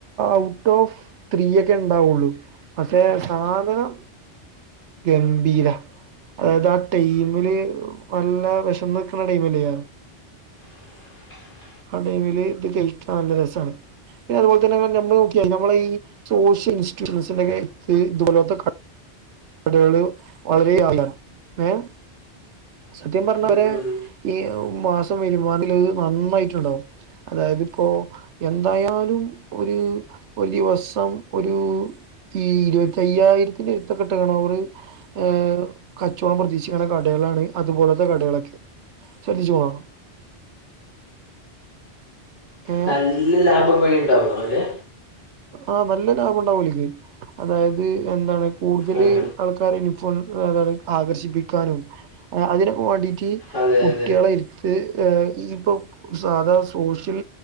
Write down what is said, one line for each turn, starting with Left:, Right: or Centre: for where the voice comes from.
Right: ഔട്ട് ഓഫ് ത്രീ ഒക്കേ ഇണ്ടാവുള്ളൂ പക്ഷേ സാധനം ഗംഭീരാ അതായത് ആ ടൈമില് നല്ല വെശന്നിട്ടുള്ള ടൈമിലിയാ
Left: <inaudible>
Right: ആഹ് ടൈമിലേ <unintelligible> ഇത് കയ്ക്കാൻ നല്ല രസാണ് പിന്നതുപോലത്തന്നെ നമ്മളെ നോക്കിയാ നമ്മളീസോഷ്യ ഇൻസ്റ്റിറ്റ്യൂഷനൊക്കെ ഇത് പോലൊത്ത കട്ട് <unintelligible> വളരെ ആധാരം ഏഹ് സത്യം പറഞ്ഞവരെ
Left: ഉം, ഉം.
Right: ഈ മാസം വരുമാനം നന്നായിട്ടുണ്ടാവും അതായതിപ്പോ എന്തായാലും ഒരു ഒരിവസം ഒരു ഈ ഇരുപത്തിയ്യായിരത്തിന്റെ എടുത്ത കിട്ടണരോറെ ഏഹ് കച്ചവടം പ്രതീക്ഷിക്കുന്ന കടകളാണ് അതുപോലത്തെ കടകളൊക്കെ ശ്രെദ്ധിച്ചോണ ഏഹ്
Left: വല്ല ലാഭവും ഉണ്ടാകുവോ അതില്
Right: ആഹ് നല്ല ലാഭം ഉണ്ടാവും ഒലിക് അതായത് എന്താണ് കൂടുതലെ
Left: ഉം.
Right: ആൾക്കാരെ ഇൻഫോൺ ആകർഷിപ്പിക്കാനും ആഹ് അതിനൊപ്പം വേണ്ടിട്ട്
Left: അതെ
Right: കുട്ടികളെ
Left: അതെ
Right: ഇരുത്ത് ഈ ഏ ഇപ്പം സാധാ സോഷ്യൽ